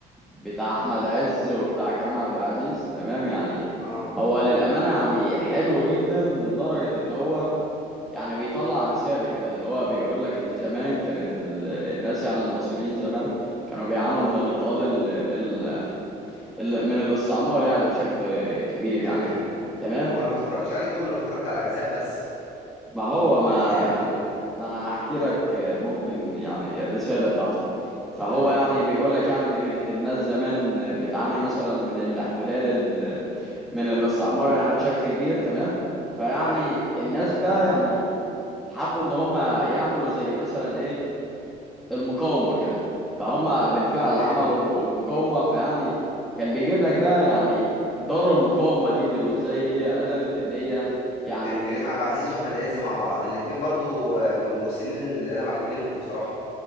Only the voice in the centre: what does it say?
بتاع احمد عز وبتاع كريم عبد العزيز تمام يعني
هو للأمانة يعني حلو جدا لدرجة ان هو يعني بيطلع رسالة كده اللي هو بيقولك ان زمان كانت ال... الناس يعني المصريين زمان كانوا بيعانوا من الاضطهاد
ال... ال... ال... من الاستعمار يعني بشكل كبير يعني
تمام
ما هو ما
ما انا هحكي لك ممكن يعني الرسالة بتاعته فهو
يعني بيقول لك يعني ان كانت الناس زمان بتعاني مثلا من الاحتلال ال... من اه الاستعمار يعني بشكل كبير تمام فيعني
الناس بقى يعني حبوا ان هم يعملوا زي مثلا ايه المقاومة كده فهم بالفعل
عملوا المقاومة فيعني كان بيجيب لك بقى يعني دار المقاومة دي دي وازاي هي قدرت ان هي يعني